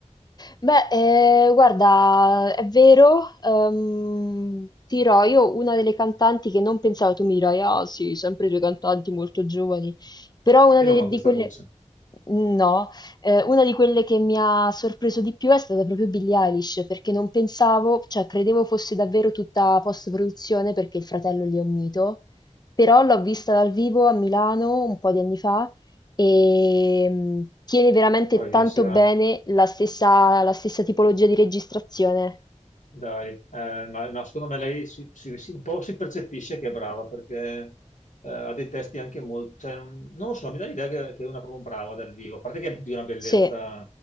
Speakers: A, on the left; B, on the left.
A: Beh, eh, guarda, è vero, ehm, ti dirò, io una delle cantanti che non pensavo, tu mi dirai, ah sì, sempre due cantanti molto giovani, però una
B: Io
A: de-
B: non ho
A: di
B: questa
A: quelle,
B: voce,
A: no, eh, una di quelle che mi ha sorpreso di più è stata proprio Billie Eilish, perché non pensavo, cioè credevo fosse davvero tutta post-produzione perché il fratello lì è un mito, però l'ho vista dal vivo a Milano un po' di anni fa e mh, tiene veramente
B: bravissima,
A: tanto bene la stessa, la stessa tipologia di registrazione.
B: dai, Eh, ma no, secondo me lei si, si- si- un po' si percepisce che è brava perché eh, ha dei testi anche molto, cioè, non non lo so, mi dà l'idea che, che è una proprio brava dal vivo, a parte che è di una bellezza
A: Sì,